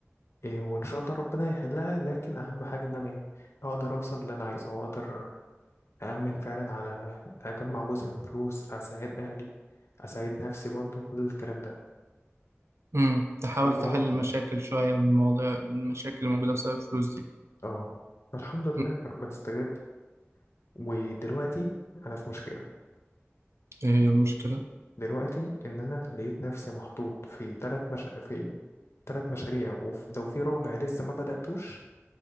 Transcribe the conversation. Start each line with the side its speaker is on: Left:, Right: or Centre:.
Left: إيه، وان شاء الله ربنا يحلها لكن اهم حاجه ان انا ايه اقدر اوصل اللي انا عايزه واقدر اامن فعلا على اجمع جزء من فلوس اساعد اهلي اساعد نفسي برضو كل الكلام ده
Right: امم تحاول
Left: فالموضوع
Right: تحل المشاكل شويه من مواضيع من المشاكل اللي موجوده بسبب الفلوس دي
Left: اه فالحمد
Right: مم.
Left: لله ربنا استجاب ودلوقتي انا في مشكله
Right: ايه هي المشكله
Left: دلوقتي ان انا لقيت نفسي محطوط في ثلاث مش... في ثلاث مشاريع وفي... ده وفي رابع لسه ما بداتوش